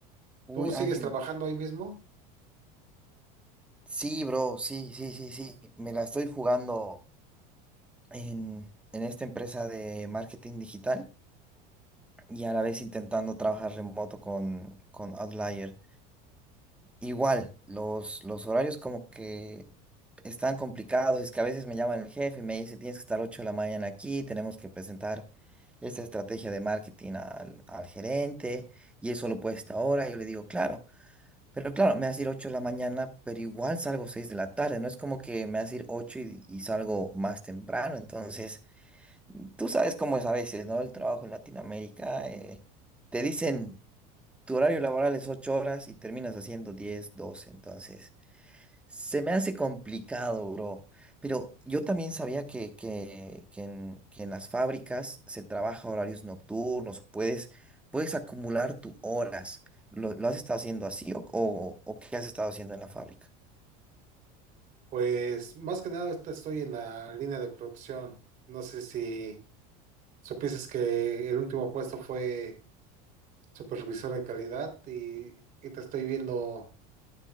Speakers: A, in the centre; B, on the right.
A: Uy,
B: ¿Tú sigues
A: Ángel,
B: trabajando ahí mismo?
A: sí, bro, sí, sí, sí, sí. Me la estoy jugando en, en esta empresa de marketing digital. y a la vez intentando trabajar remoto con, con Outlier. Igual, los, los horarios como que están complicados, es que a veces me llama el jefe y me dice, tienes que estar 8 de la mañana aquí, tenemos que presentar esta estrategia de marketing al, al gerente y eso lo puede esta hora. Yo le digo, claro, pero claro, me hace ir 8 de la mañana, pero igual salgo 6 de la tarde, no es como que me hace ir 8 y, y salgo más temprano. Entonces, tú sabes cómo es a veces, ¿no? El trabajo en Latinoamérica. eh, te dicen tu horario laboral es 8 horas y terminas haciendo 10, 12. entonces se me hace complicado, bro. Pero yo también sabía que, que, que en, que en las fábricas se trabaja horarios nocturnos, puedes, puedes acumular tus horas. ¿Lo, lo has estado haciendo así o, o, o qué has estado haciendo en la fábrica?
B: Pues más que nada ahorita estoy en la línea de producción. No sé si supieses que el último puesto fue supervisor de calidad y, y te estoy viendo